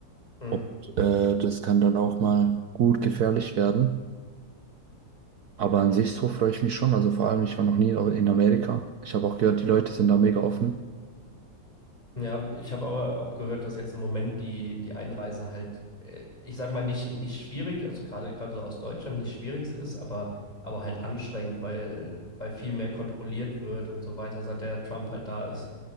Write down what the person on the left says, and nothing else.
Mhm.
Ja, ich habe aber auch gehört, dass jetzt im Moment die, die Einreise halt, äh, ich sag mal, nicht, nicht schwierig, also gerade gerade aus Deutschland nicht schwierig ist, aber, aber halt anstrengend, weil, weil viel mehr kontrolliert wird und so weiter, seit der Trump halt da ist.